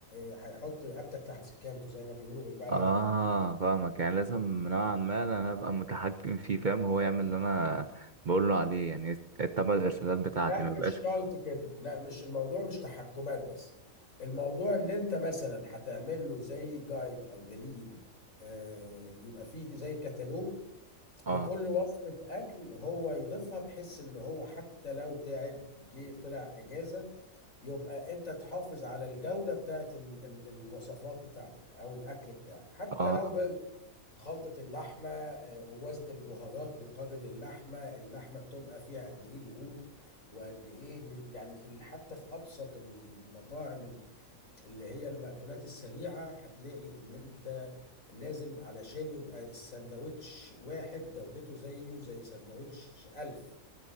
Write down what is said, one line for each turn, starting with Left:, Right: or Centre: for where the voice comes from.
Left: آه، هيحط رقبتك تحت سكانته زي ما بيقولوا بالبلدي
Right: اه
Left: كده
Right: فاهمك يعني لازم نوعا ما انا ابقى متحكم فيه فاهم هو يعمل اللي انا بقول له عليه يعني يتبع الارشادات بتاعتي
Left: لا
Right: ما يبقاش
Left: مش شرط كده لا مش الموضوع مش تحكمات بس الموضوع ان انت مثلا هتعمل له زي جايد او دليل آه، يبقى فيه زي كتالوج
Right: اه
Left: لكل وصفة أكل هو يضيفها بحيث إن هو حتى لو تعب جه طلع أجازة يبقى انت تحافظ على الجودة بتاعت ال ال الوصفات بتاعتك او الاكل بتاعك حتى
Right: اه
Left: لو بقى خلطة اللحمة آه، ووزن البهارات مقابل اللحمة اللحمة بتبقى فيها قد ايه دهون وقد ايه م- يعني في ال- حتى في ابسط المطاعم ال- اللي هي المأكولات السريعة هتلاقي ان انت لازم علشان يبقى السندوتش واحد جودته زيه زي سندوتش ألف